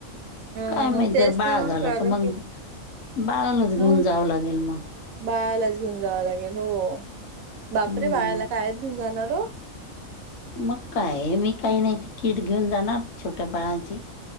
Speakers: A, on the right; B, on the left.
A: अ
B: काय माहित
A: तेच
B: जर बाळ
A: ना
B: झालं
A: कारण
B: तर मग
A: की
B: बाळलाच घेऊन
A: हा
B: जावं लागेल मग.
A: बाळालाच घेऊन जावं लागेल हो. बापरे!
B: हम्म.
A: बाळाला कायच घेऊन जाणार हो?
B: मग काय मी काही नाही त कीट घेऊन जाणार छोट्या बाळाांची.